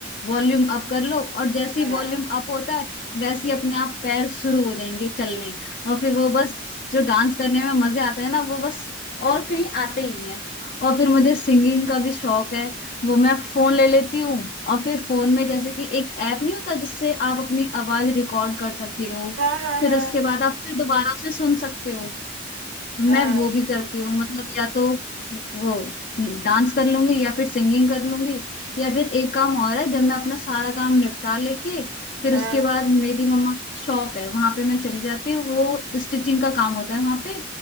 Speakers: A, on the left (about 45°); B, on the right (about 90°).
A: वॉल्यूम अप कर लो और जैसे
B: हाँ
A: ही वॉल्यूम अप होता है वैसे ही अपने आप पैर शुरू हो जाएंगे चलने और फिर वो बस जो डांस करने में मजे आते हैं ना वो बस और कहीं आते ही नहीं है और फिर मुझे सिंगिंग का भी शौक है वो मैं फोन ले लेती हूँ और फिर फोन में जैसे कि एक ऐप नहीं होता जिससे आप अपनी आवाज रिकॉर्ड कर सकते हो
B: हाँ हाँ
A: फिर
B: हाँ
A: उसके बाद आप फिर दोबारा उसे सुन सकते हो मैं
B: हाँ
A: वो भी करती हूँ मतलब या तो वो डांस कर लूंगी या फिर सिंगिंग कर लूंगी या फिर एक काम और है जब मैं अपना सारा काम निपटा लेके फिर
B: हाँ,
A: उसके बाद मेरी मम्मा की शॉप है वहां पे मैं चली जाती हूँ वो स्टिचिंग का काम होता है वहां पे